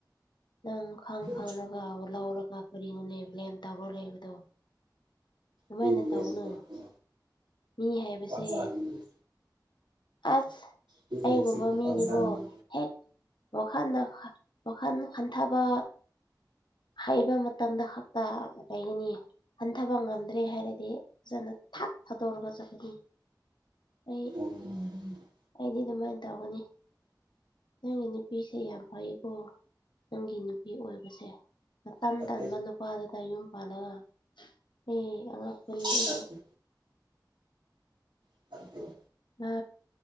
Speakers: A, on the left; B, on the right.
A: ꯅꯪ ꯈꯪ
B: ꯀꯔꯤ
A: ꯈꯪꯅꯥꯒ ꯂꯧꯔꯒ ꯀꯔꯤꯅꯣꯅꯦ ꯕ꯭ꯂꯦꯝ ꯇꯧꯔ ꯂꯩꯕꯗꯣ ꯗꯨꯃꯥꯏꯅ
B: ꯀꯔꯤ ꯕ꯭ꯂꯦꯝ
A: ꯇꯧꯅꯨ
B: ꯇꯧꯕ꯭ꯔꯣ
A: ꯃꯤ ꯍꯥꯏꯕꯁꯦ
B: ꯈꯨꯄꯥꯛ ꯆꯥꯒꯅꯤ
A: ꯑꯁ
B: ꯃꯤ
A: ꯑꯩꯒꯨꯝꯕ
B: ꯍꯥꯏꯕꯁꯦ ꯈꯨꯄꯥꯛ
A: ꯃꯤꯅꯤꯕꯣ
B: ꯆꯥꯒꯅꯤ
A: ꯍꯦꯛ ꯋꯥꯈꯟꯅ ꯋꯥꯈꯟ ꯈꯟꯊꯕ ꯍꯩꯕ ꯃꯇꯝꯗ ꯍꯞꯇ ꯂꯩꯒꯅꯤ ꯍꯟꯊꯕ ꯉꯝꯗ꯭ꯔꯦ ꯍꯥꯏꯔꯗꯤ ꯐꯖꯅ ꯊꯛ ꯊꯥꯗꯣꯔꯒ ꯆꯠꯈꯤꯗꯨꯅꯤ ꯑꯩ
B: <unintelligible>
A: ꯑꯩꯗꯤ ꯗꯨꯃꯥꯏꯅ ꯇꯧꯒꯅꯤ ꯅꯪꯒꯤ ꯅꯨꯄꯤꯁꯦ ꯌꯥꯝ ꯐꯩꯌꯦꯀꯣ ꯅꯪꯒꯤ ꯅꯨꯄꯤ ꯑꯣꯏꯕꯁꯦ ꯅꯇꯟ
B: ꯐꯠꯇꯦ
A: ꯇꯟꯕ ꯅꯨꯄꯥꯗꯨꯗ ꯌꯨꯝ ꯄꯥꯜꯂꯒ ꯍꯤ ꯑꯉꯛꯄꯅꯤ ꯑꯩꯒꯤ
B: ꯐꯠꯇꯦ <unintelligible>
A: ꯅꯥ